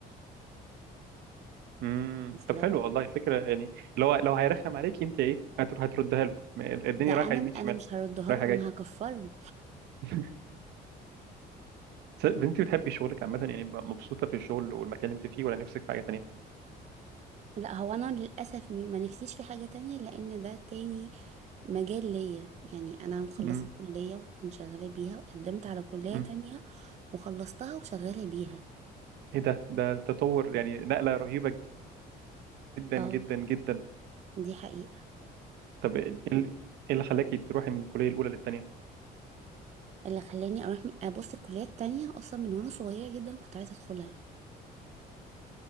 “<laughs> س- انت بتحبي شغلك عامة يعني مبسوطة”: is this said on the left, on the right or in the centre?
Right